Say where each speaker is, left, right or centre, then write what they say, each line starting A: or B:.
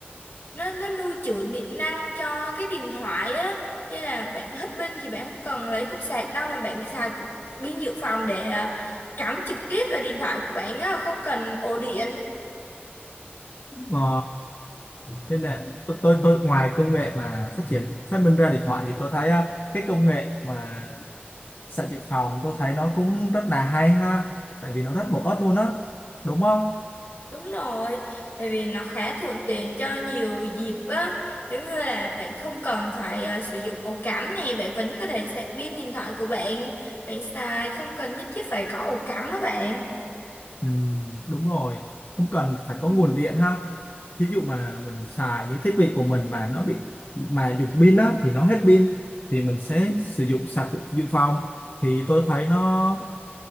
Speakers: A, on the left; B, on the left.
A: nó nó lưu trữ điện năng cho cái điện thoại á Cho nên là bạn hết pin thì bạn không cần lấy cục sạc đâu mà bạn xài cục pin dự phòng để à, cắm trực tiếp vào điện thoại của bạn á không cần ổ điện
B: Ờ, nên là tôi, tôi tôi ngoài công nghệ mà phát triển phát minh ra điện thoại thì tôi thấy á, cái công nghệ mà sạc dự phòng tôi thấy nó cũng rất là hay ha tại vì nó rất bổ ích luôn á đúng không
A: Đúng rồi, tại vì nó khá thuận tiện cho nhiều dịp á, giống như là bạn không cần phải ờ, sử dụng ổ cắm nè, bạn vẫn có thể sạc pin điện thoại của bạn, bạn xài không cần nhất thiết phải có ổ cắm á bạn.
B: ừ, đúng rồi không cần phải có nguồn điện ha thí dụ mà mình xài những thiết bị của mình mà nó bị mà dùng pin á thì nó hết pin thì mình sẽ sử dụng sạc dự dự phòng thì tôi thấy nó